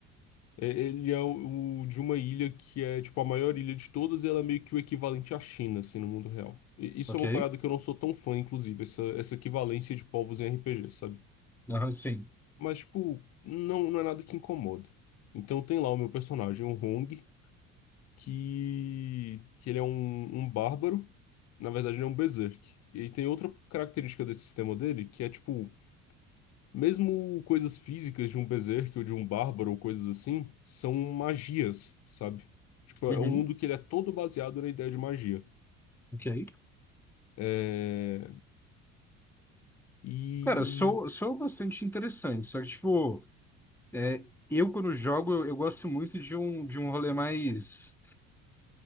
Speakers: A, on the left; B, in the centre.
A: é- ele é o, o de uma ilha que é, tipo, a maior ilha de todas e ela é meio que o equivalente à China, assim, no mundo real. E isso
B: Ok?
A: é uma parada que eu não sou tão fã, inclusive, essa, essa equivalência de povos em RPG, sabe?
B: Aham, sim.
A: Mas, tipo, não, não é nada que incomoda. Então tem lá o meu personagem, o Hong, que, que ele é um, um bárbaro. Na verdade, ele é um berserk. E aí tem outra característica desse sistema dele, que é, tipo, mesmo coisas físicas de um berserk ou de um bárbaro ou coisas assim, são magias, sabe? Tipo,
B: Uhum,
A: é um mundo que ele é todo baseado na ideia de magia.
B: ok.
A: É... E,
B: Cara, sou,
A: e-
B: sou bastante interessante, só que, tipo, é, eu quando jogo, eu, eu gosto muito de um, de um rolê mais.